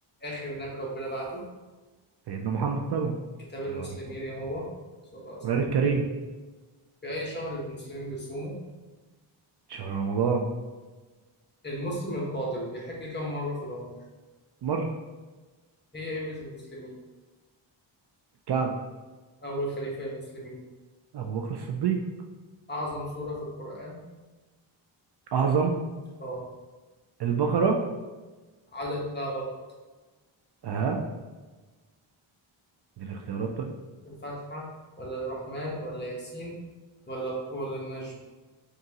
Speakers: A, on the left (about 20°); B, on the right (about 55°).
A: آخر نبي ربنا بعته
B: سيدنا محمد طبعا
A: كتاب
B: صلى
A: المسلمين
B: الله عليه وسلم
A: ايه هو؟ صلى الله عليه وسلم
B: القرآن الكريم
A: في أي شهر المسلمين بيصوموا؟
B: شهر رمضان
A: المسلم القادر بيحج كم مرة في العمر؟
B: مرة
A: هي قبلة المسلمين
B: الكعبة
A: أول خليفة للمسلمين
B: أبو بكر الصديق
A: أعظم سورة في القرآن؟
B: أعظم
A: اه
B: البقرة
A: عدد لا غلط
B: ها دي الاختيارات طيب
A: الفاتحة ولا الرحمن ولا ياسين ولا ولا النجم